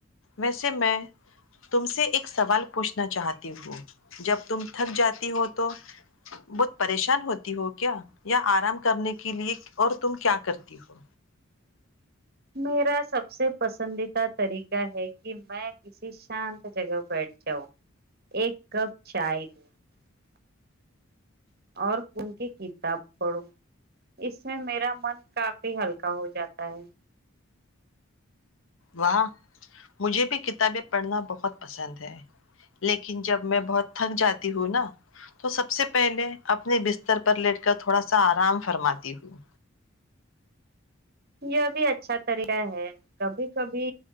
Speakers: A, on the left; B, on the right.
A: ویسے میں تم سے ایک سوال پوچھنا چاہتی ہوں جب تم تھک جاتی ہو تو بہت پریشان ہوتی ہو کیا یا آرام کرنے کے لیے اور تم کیا کرتی ہو
B: میرا سب سے پسندیدہ طریقہ ہے کہ میں کسی شانت جگہ بیٹھ جاؤں ایک کپ چائے لوں <unintelligible> اور ان کی کتاب پڑھوں اس میں میرا من کافی ہلکا ہو جاتا ہے <unintelligible>
A: وہاہ مجھے بھی کتابیں پڑھنا بہت پسند ہے لیکن جب میں بہت تھک جاتی ہوں نا تو سب سے پہلے اپنے بستر پر لیٹ کر تھوڑا سا آرام فرماتی ہوں
B: یہ بھی اچھا طریقہ ہے کبھی کبھی